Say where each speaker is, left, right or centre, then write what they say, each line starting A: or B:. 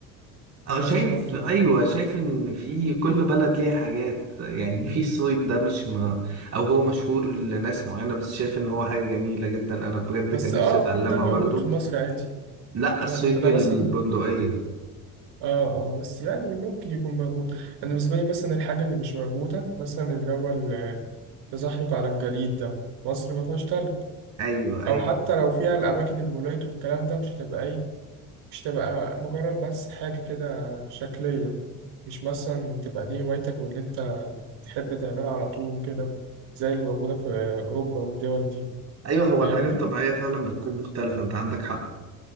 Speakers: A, on the right; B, on the right.
A: أو
B: انا حاسس
A: شايف
B: برضو
A: أيوة
B: ب-
A: شايف إن في كل بلد ليها حاجات يعني
B: مم.
A: في الصيد ده مش ما أو هو مشهور لناس معينة بس شايف إن هو حاجة جميلة جدا أنا بجد
B: بس
A: كان نفسي
B: اه
A: أتعلمها
B: ده موجود
A: برضو
B: في مصر عادي
A: لأ الصيد
B: اه انا
A: بالبندقية
B: مثلا اه اه بس يعني ممكن يكون موجود انا بالنسبه لي مثلا الحاجه اللي مش موجوده مثلا اللي هو ال- التزحلق على الجليد ده مصر ما فيهاش تلج
A: أيوة
B: او
A: أيوة
B: حتى لو فيها الاماكن المولات والكلام ده مش هتبقى ايه مش تبقى مجرد بس حاجة كده شكلية مش مثلا تبقى دي هوايتك واللي انت تحب تعملها على طول وكده زي اللي موجودة في أوروبا والدول دي
A: أيوة هو
B: فاهمني؟
A: الحاجة الطبيعية فعلا بتكون مختلفة أنت عندك حق